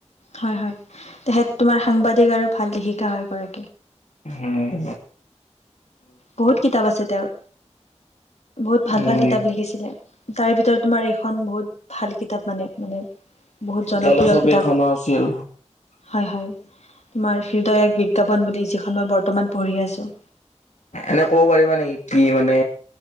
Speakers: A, on the left; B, on the left.
A: হয়, হয়, তেখেত তোমাৰ সাংবাদিক আৰু ভাল লেখিকা হয় এগৰাকী।
B: হম।
A: বহুত কিতাপ আছে তেওঁৰ, বহুত ভাল
B: উম
A: ভাল কিতাপ লিখিছিলে। তাৰে ভিতৰত তোমাৰ এইখন বহুত ভাল কিতাপ মানে, মানে। বহুত জনপ্ৰিয়
B: জলছবি
A: কিতাপ।
B: এখনো আছিল
A: হয়, হয়, তোমাৰ হৃদয় এক বিজ্ঞাপন বুলি যি খন মই বৰ্তমান পঢ়ি আছোঁ।
B: এনে ক'ব পাৰিবা নেকি, কি মানে